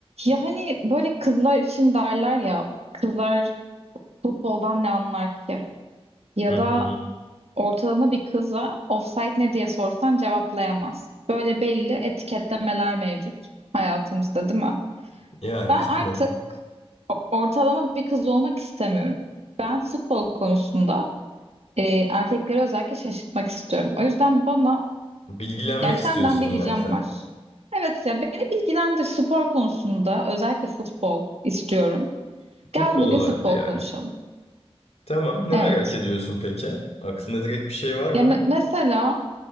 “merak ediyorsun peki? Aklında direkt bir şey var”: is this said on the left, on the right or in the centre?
Left